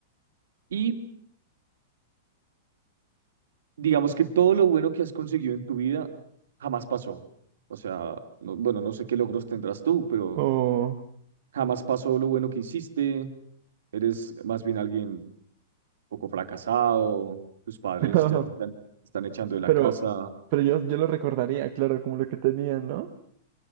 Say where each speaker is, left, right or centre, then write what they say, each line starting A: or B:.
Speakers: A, on the right; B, on the right.
A: y digamos que todo lo bueno que has conseguido en tu vida jamás pasó? O sea, no- bueno, no sé qué logros tendrás tú, pero
B: Oh,
A: jamás pasó lo bueno que hiciste eres más bien alguien poco fracasado, tus padres
B: <laughs>
A: ya te están, están echando de la
B: pero,
A: casa.
B: pero yo, yo lo recordaría, claro, como lo que tenía, ¿no?